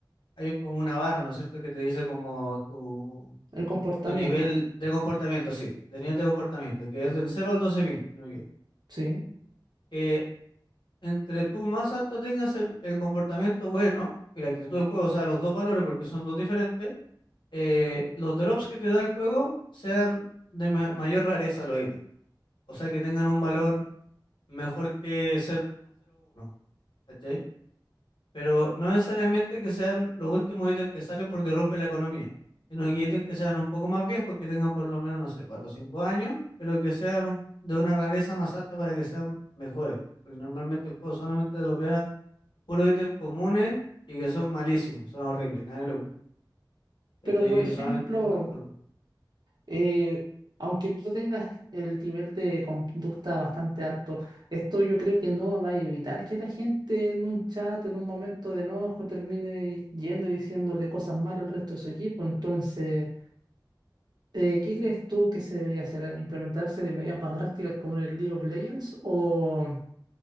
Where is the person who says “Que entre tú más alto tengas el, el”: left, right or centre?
Left